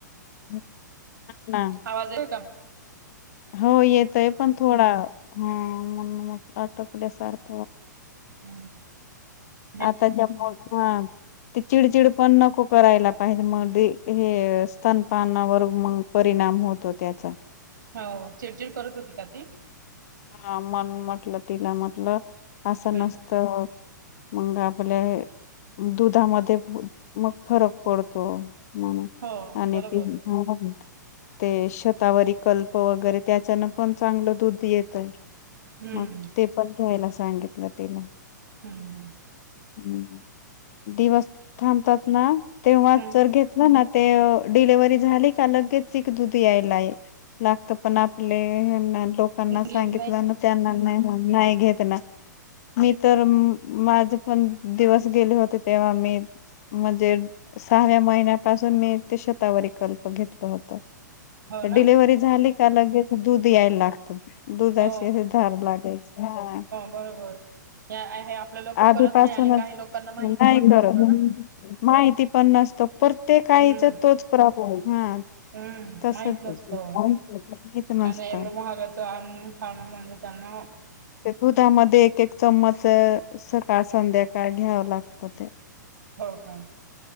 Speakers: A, on the left; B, on the right.
A: हा हा
B: आवाज ये
A: हो येतंय पण थोडा ह म्ह अटकल्यासारखा.
B: हम. <inaudible>
A: आता ह्या मग हा. ते चिडचिड पण नको करायला पाहिजे मग हे स्तनपानावर मग. परिणाम होतो त्याचा.
B: हा, चिडचिड करत होती का ती?
A: हा मन म्हटलं तिला म्हटल असं
B: हम्म.
A: नसत. मग आपल्या दुधामध्ये मग फरक पडतो. म्हण,
B: हो
A: आणि
B: बरोबर.
A: तेही. हा, ते शतावरी कल्प वगैरे त्याच्यान पण चांगलं दूध येत तर
B: हम्म.
A: मग ते पण घ्यायला सांगितलं तिला.
B: हम्म ह.
A: ह्, दिवस थांबतात ना तेव्हाच
B: हम्म
A: जर घेतलं ना ते डिलिव्हरी झाली का लगेच चिक दुध यायलाय. लागत पण आपले लोक.
B: <unintelligible>
A: घितलं मग त्यांना नाही नाही घेतला. मी तर माझ पण दिवस गेले होते तेव्हा मी म्हणजे सहाव्या महिन्यापासून मी ते शतावरी कल्प घेतलं होत.
B: हो
A: तर
B: ना?
A: डिलेव्हरी झाली का लगेच दूध याय लागत. दुधास
B: हो
A: धार लागायच, हा.
B: होय होय, हे आहे आपल्या लोक
A: आधीपासूनच
B: करत नाही आणि काही लोकांना माहिती
A: नाही
B: पण
A: करत
B: नसतं ना.
A: माहिती पण नसत प्रत्येक आईच
B: हम्म.
A: तोच प्रॉप, हा.
B: हम्म
A: तसच
B: माहित नसतो
A: माहित नसतय
B: आणि एवढं महागाचं आणून खाणं म्हणजे त्यांना
A: ते दुधामध्ये एक-एक चम्मच सकाळ संध्याकाळ घ्यावं लागतं ते.
B: हो, का.